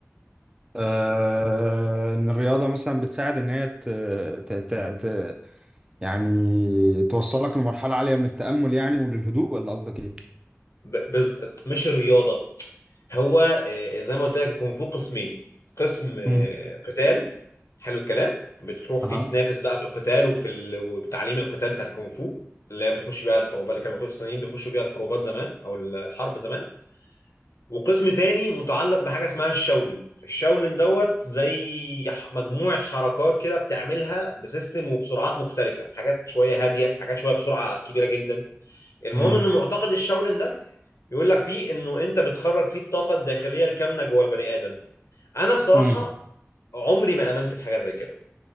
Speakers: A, on the right; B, on the left.
A: آه، ان الرياضه مثلا بتساعد ان هي ت... ت... ت... ت... يعني توصلك لمرحله عاليه من التامل يعني وللهدوء ولا قصدك ايه؟
B: ب- بز... مش الرياضه هو آه، آه، زي ما قلت لك الكونغ فو قسمين قسم آه،
A: مم.
B: قتال حلو الكلام بتروح فيه
A: اها
B: تتنافس بقى في القتال وفي ال... وتعليم القتال بتاع الكونغ فو اللي هي بتخش بيها الحروبات اللي كانوا بيخشوا- الصينيين بيخشوا بيها الحروبات زمان او الحرب زمان وقسم تاني متعلق بحاجه اسمها الشاولن الشاولن دوت زي ح- مجموعه حركات كده بتعملها بسيستم وبسرعات مختلفه حاجات شويه هاديه حاجات شويه بسرعه كبيره جدا المهم
A: امم
B: انه معتقد الشاولن ده يقول لك فيه انه انت بتخرج فيه الطاقه الداخليه الكامنه جوه البني ادم انا بصراحه
A: امم
B: عمري ما امنت بحاجه زي كده